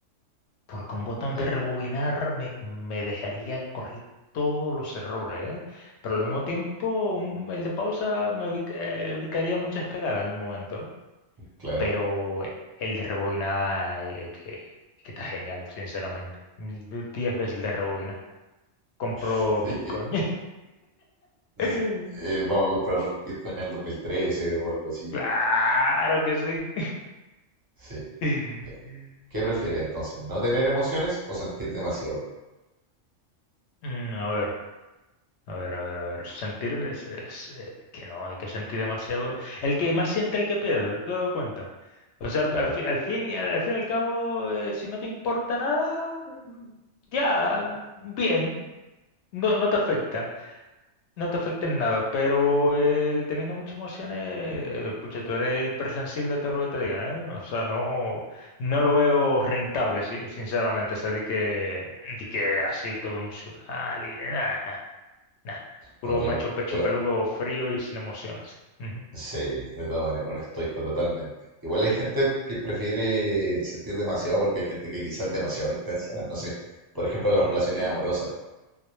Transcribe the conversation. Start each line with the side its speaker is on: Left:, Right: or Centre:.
Left: Porque un botón
Right: Sí,
Left: de rebobinar me, me dejaría corregir todos los errores, ¿eh? Pero al mismo tiempo, un- el de pausa me evit- eh, evitaría muchas cagadas en el momento. ¿eh?
Right: claro.
Left: Pero el de rebobinar, eh, que, que está genial, sinceramente. Mm, Diez veces el de rebobinar. Compro
Right: <laughs> Sabes
Left: Bitcoin.
Right: que Z-
Left: <laughs>
Right: eh, vamos a comprar Bitcoin en el 2013 o algo así.
Left: Claro que sí.
Right: Sí,
Left: <laughs>
Right: ya. ¿Qué prefieres entonces? ¿No tener emociones o sentir demasiado?
Left: Mm, a ver, a ver, a ver, a ver. Sentir es, es, eh, que no, hay que sentir demasiado. El que más siente, el que pierde, ¿te has dado cuenta? O sea, al,
Right: Claro,
Left: al fi- al fin, y al, al fin y al cabo, eh, si no te importa nada, mm, ya, bien, no, no te afecta. No te afecta en nada, pero eh, teniendo muchas emociones, pucha, tú eres hipersensible a todo lo que te digan, ¿eh? O sea, no, no lo veo rentable, sí, sinceramente, ese di que, di que así todo emocional y nada, nada, nada. Puro
Right: no, claro.
Left: macho pecho
Right: Pero
Left: peludo frío y sin emociones. Ujú.
Right: sí, de todas maneras, un estoico totalmente. Igual hay gente que prefiere sentir demasiado porque hay gente que quizás es demasiado intensa. No sé, por ejemplo, las relaciones
Left: Ujú.
Right: amorosas.